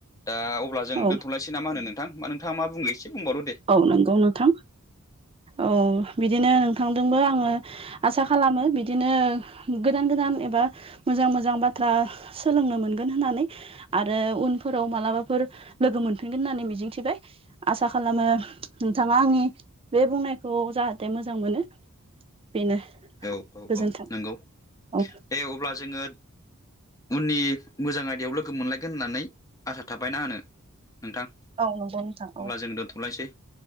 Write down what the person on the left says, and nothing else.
दा अब्ला जों
दोनथ'लाय सै ना मा होनो नोंथां बा नोंथांआ मा बुङो एसे बुंबावदो दे
औ औ
औ नंगौ
दे अब्ला जोङो उननि मोजां आयदायाव लोगो मोनलायगोन होननानै आसा थाबायना आ नोंथां।
अब्ला
जों दोनथ'लायसै।